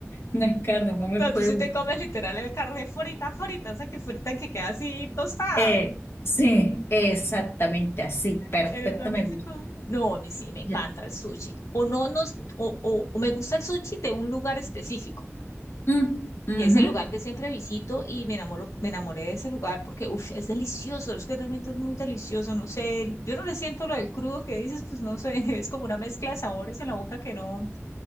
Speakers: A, on the left; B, on the left.
A: No es carne, no me puede
B: tú sí
A: gustar.
B: te comes literal el carne frita, frita, o sea, que frita que queda así tostada.
A: Eh, sí, exactamente así, perfecto,
B: ¿Eres donde
A: me gusta.
B: se come? No, a mí sí me encanta
A: Yo te-
B: el sushi. O no, nos, o, o o me gusta el sushi de un lugar específico.
A: Mm, ujú.
B: que es el lugar que siempre visito y me enamoro, me enamoré de ese lugar porque uf, es delicioso, es que realmente es muy delicioso, no sé, yo no le siento lo del crudo que dices, pues no sé, <laughs> es como una mezcla de sabores en la boca que no,